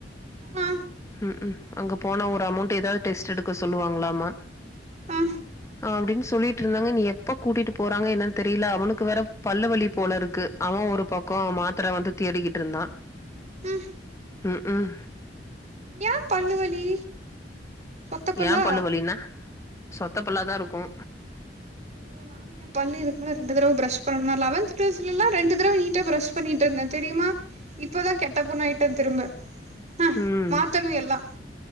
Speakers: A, on the right (about 40°); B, on the left (about 15°).
A: ஆ
B: ம் ம் அங்க போன ஒரு அமௌன்டு எதாவது டெஸ்ட் எடுக்க சொல்லுவாங்குலமா
A: ஆ
B: அப்டினு சொல்லிட்டு இருந்தாங்க இனி எப்போ கூட்டிட்டு போறங்க என்னனு தெரியல அவனுக்கு வேற பல்லுவலி போல இருக்கு அவ ஒரு பக்கோ மாத்திர வந்து தேடிக்கிட்டு இருந்தா
A: ம்
B: உம் உம்
A: ஏ பல்லு வலி சொத்த பல்லா
B: ஏ பல்லு வலீனா சொத்த பல்லாதா இருக்கு
A: ஐயோ நானு என் பல்லு இதுக்கு மேல ரெண்டு தடவை பிரஷ் பண்ணு நா லெவன்த் டுவெல்த் எல்லா ரெண்டு தடவை நீட்டா ப்ரஷ் பண்ணிட்டு இருந்தோ தெரியுமா இப்பதான் கெட்ட பொண்ணு ஆயிட்டே திரும்ப அ
B: ம்.
A: மாத்தர எல்லா